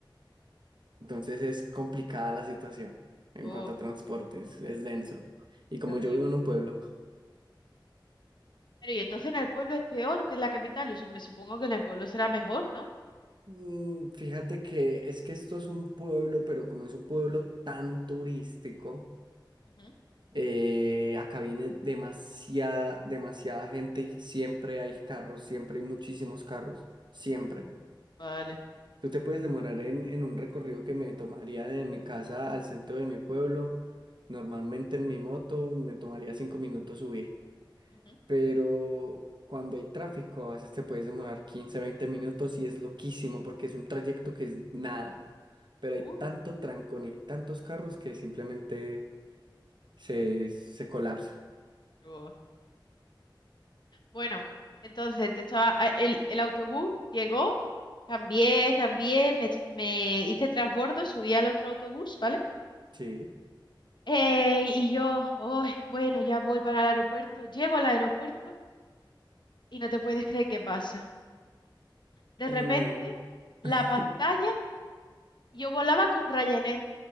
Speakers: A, on the right; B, on the left.
A: Entonces es complicada la situación en
B: Oh,
A: cuanto a transportes, es denso. Y como
B: qué horrible.
A: yo vivo en un pueblo,
B: Pero y entonces en el pueblo es peor que en la capital. Yo su- me supongo que en el pueblo será mejor, ¿no?
A: mm, fíjate que es que esto es un pueblo, pero como es un pueblo tan turístico.
B: Ujú,
A: Eh, acá viene demasiada, demasiada gente y siempre hay carros, siempre hay muchísimos carros, siempre.
B: Mm, Vale.
A: Tú te puedes demorar en, en un recorrido que me tomaría de mi casa al centro de mi pueblo, normalmente en mi moto me tomaría cinco minutos subir,
B: ujú.
A: pero cuando hay tráfico a veces te puedes demorar 15 20 minutos y es loquísimo porque es un trayecto que es nada, pero hay
B: Uf,
A: tanto trancón y tantos carros que simplemente se, se colapsa,
B: oh, Bueno, entonces te estaba, a- el, el autobús llegó, cambié, cambié, me, me hice transbordo, subí al otro autobús, ¿vale?
A: ¿sí?
B: Eh, y yo, "Ay, bueno, ya voy para el aeropuerto, llego al aeropuerto y no te puedes creer qué pasa. De
A: No.
B: repente, la
A: <laughs>
B: pantalla, yo volaba con Ryanair